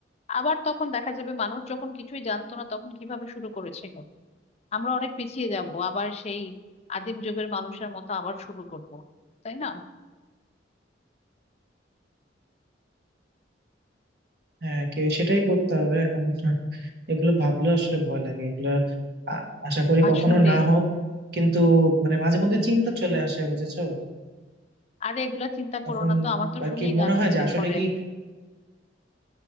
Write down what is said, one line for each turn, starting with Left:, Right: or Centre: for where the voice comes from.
Left: আবার তখন দেখা যাবে মানুষ যখন কিছুই জানতো না তখন কিভাবে শুরু করেছিল আমরা অনেক পিছিয়ে যাব আবার সেই আদিম যুগের মানুষের মতো আবার শুরু করব তাই না
Right: হ্যাঁ কে সেটাই করতে হবে এখন হ্যাঁ, এগুলো ভাবলেও আসলে ভয় লাগে এগুলো আ- আশা করি
Left: আসলে
Right: কখনো না হোক কিন্তু মানে মাঝে মধ্যে চিন্তা চলে আসে বুঝেছো
Left: আরে এগুলা চিন্তা
Right: তখন
Left: করো না তো আমার তো
Right: আর
Left: শুনেই
Right: কি
Left: গা
Right: মনে
Left: শিরশির
Right: হয় যে আসলে
Left: করে
Right: কি